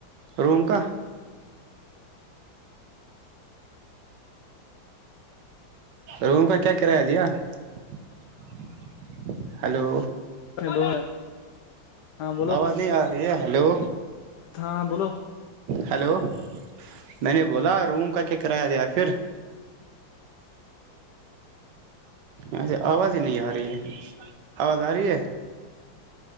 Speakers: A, on the right; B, on the left.
A: روم کا روم کا کیا کرایہ دیا <unintelligible> ہلو
B: دو ہاں بولو
A: آواز نہیں آ رہی ہے ہلو <unintelligible>
B: ہاں بولو <unintelligible>
A: ہیلو میں نے بولا روم کا کیا کرایہ دیا پھر اچھا آواز ہی نہیں آ رہی ہے <unintelligible> آواز آ رہی ہے <unintelligible>